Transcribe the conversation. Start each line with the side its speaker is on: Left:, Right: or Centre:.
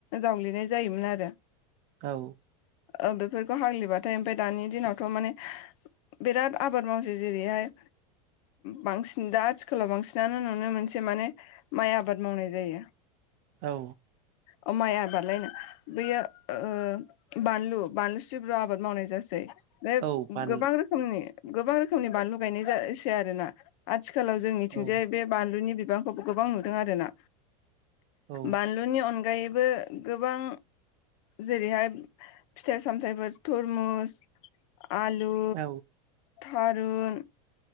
Left: जावललिनाय जायोमोन आरो।
Right: औ।
Left: ओ बेफोरखौ हाग्लिबाथाय ओमफ्राय दानि दिनावथ' माने बिराद आबाद मावसै जेरैहाय बांसिन दा आथिखालाव बांसिनानो नुनो मोनसे माने माइ आबाद मावनाय जायो।
Right: औ।
Left: अ माइ आबाद लायनो बैयो ओ बानलु बानलु सिब्रु आबाद मावनाय जासै। बे
Right: औ बान
Left: गोबां रोखोमनि गोबां रोखोमनि बानलु गायनाय जासै आरोना। आथिखालाव जोंनिथिंजाय
Right: औ
Left: बे बानलुनि बिबांखौबो गोबां नुदों आरोना।
Right: औ
Left: बानलुनि अनगायैबो गोबां जेरैहाय फिथाइ सामथाइफोर थरमुस आलु,
Right: औ
Left: थारुन